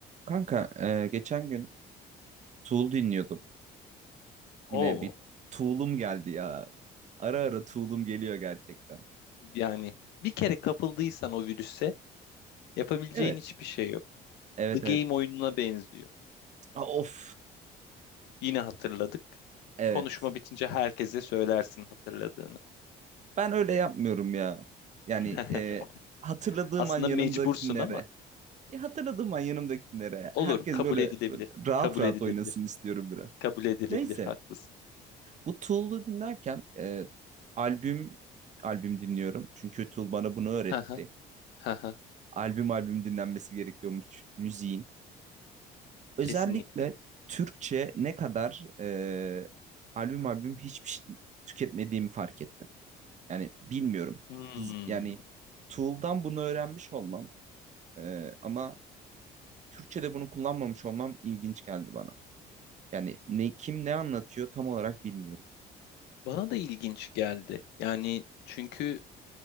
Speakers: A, on the right; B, on the left.
A: Kanka e, geçen gün Tool dinliyordum. Yine
B: O
A: bir Tool'um geldi ya. Ara ara Tool'um geliyor gerçekten.
B: yani bir kere kapıldıysan o virüse yapabileceğin
A: Evet.
B: hiçbir şey yok.
A: Evet
B: The
A: evet.
B: Game oyununa benziyor.
A: Aa, of.
B: Yine hatırladık.
A: Evet.
B: Konuşma bitince herkese söylersin hatırladığını.
A: Ben öyle yapmıyorum ya. Yani
B: <laughs>
A: e, hatırladığım
B: Aslında
A: an yanımdakilere.
B: mecbursun ama
A: Ya hatırladığım an yanımdakilere.
B: olur
A: Herkes
B: kabul
A: böyle,
B: edilebilir.
A: böyle rahat
B: Kabul
A: rahat
B: edilebilir.
A: oynasın istiyorum biraz.
B: Kabul edilebilir
A: Neyse.
B: haklısın.
A: Bu Tool'u dinlerken e, albüm albüm dinliyorum. Çünkü Tool bana bunu öğretti.
B: Haha, haha,
A: Albüm albüm dinlenmesi gerekiyormuş müziğin. özellikle
B: Kesinlikle.
A: Türkçe ne kadar e, albüm albüm hiçbir şey tüketmediğimi fark ettim. Yani bilmiyorum.
B: Hmm.
A: Biz, yani Tool'dan bunu öğrenmiş olmam e, ama Türkçe'de bunu kullanmamış olmam ilginç geldi bana. Yani ne kim ne anlatıyor tam olarak bilmiyorum.
B: Bana da ilginç geldi. Yani çünkü